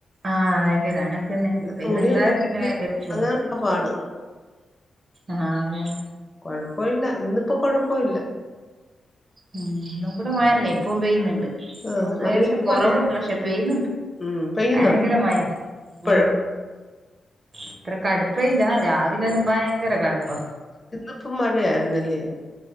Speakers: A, on the right (about 40°); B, on the left (about 15°).
A: ആഹ് വയങ്കര അങ്ങൻതന്നെ
B: പിന്നെ
A: വെയില്ണ്ടായ
B: തുണിയൊക്കെ
A: പിന്നെ
B: ഒണങ്ങാനുള്ള
A: വെയങ്കര ചുടാ.
B: പാട്
A: ആഹ് രൺ
B: കുഴപ്പോല്ല ഇന്നിപ്പോ കൊഴപ്പമില്ല
A: ഉം ഇന്നുമ്പടെ മഴല്ലെ ഇപ്പും പെയ്യുന്ന്ണ്ട്
B: ആഹ്
A: ഓഹ് ലേശം
B: നല്ല
A: കൊറവുണ്ട്
B: മഴയാ
A: പക്ഷെ പെയുന്നുണ്ട്
B: ഉം പെയ്യുന്നുണ്ടോ
A: ഭയങ്കര മയെ
B: ഇപ്പഴും
A: ഉം ഇത്ര കടുപ്പ ഇല്ല രാവിലെല്ലും ഭയങ്കര കട്പ്പ
B: ഇന്നിപ്പൊ മഴയായിരുന്നല്ല്യെ